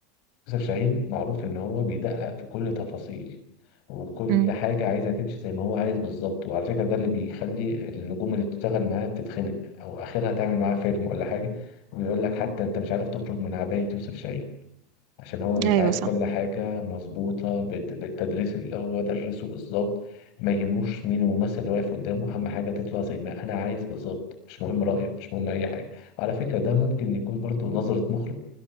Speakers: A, on the left; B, on the right.
A: يوسف شاهين معروف إن هو بيدقق في كل تفاصيل وكل
B: مم.
A: حاجة عايزة تمشي زي ما هو عايز بالظبط وعلى فكرة ده اللي بيخلي النجوم اللي بتشتغل معاه بتتخنق أو آخرها تعمل معاه فيلم ولا حاجة ويقول لك حتى أنت مش عارف تخرج من عباية يوسف شاهين عشان هو بيبقى
B: أيوة
A: عايز
B: صح
A: كل حاجة مظبوطة بال- بالتدريس اللي هو درسه بالظبط ما يهموش مين الممثل اللي واقف قدامه أهم حاجة تطلع زي ما أنا عايز بالظبط مش مهم رأيك مش مهم أي حاجة على فكرة ده ممكن يكون برضو نظرة مخرج